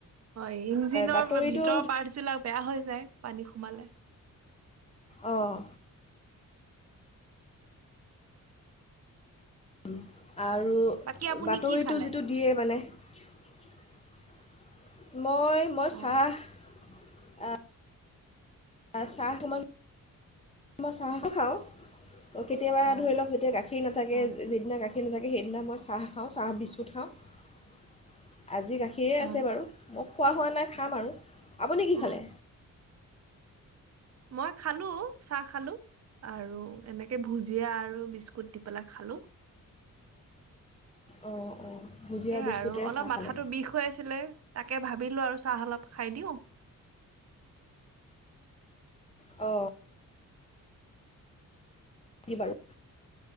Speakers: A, on the right; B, on the left.
A: হয় ইঞ্জিনৰ
B: বাতৰিটো
A: ভিতৰৰ পাৰ্টছ বিলাক বেয়া হৈ যায় পানী সোমালে
B: আহঁ <inaudible> আৰু
A: বাকী আপুনি
B: বাতৰিটো
A: কি খালে?
B: যিটো দিয়ে মানে <unintelligible> মই মই
A: হয়,
B: চাহ আহ চাহ মন মই চাহ খাওঁ কেতিয়াবা
A: হয়,
B: ধৰি লওক যেতিয়া গাখীৰ নাথাকে
A: হয়,
B: যিদিনা গাখীৰ সেইনে থাকে সেইদিনা মই চাহ খাওঁ চাহ বিস্কুট খাওঁ আজি গাখীৰে
A: হয়,
B: আছে বাৰু মোক খোৱা হোৱা নাই খাম আৰু আপুনি কি
A: অ',
B: খালে
A: মই খালো চাহ খালো আৰু এনেকে ভুজিয়া আৰু বিস্কুট দি পেলাই খালো
B: অঁ অঁ ভুজিয়া
A: এ
B: বিস্কুটেৰে
A: আৰু অলপ
B: চাহ
A: মাথাতো
B: খালে
A: বিষ হৈ আছে ছিলে তাকে ভাবিলো আৰু চাহ অলপ খাই দিও
B: অ কি বাৰু?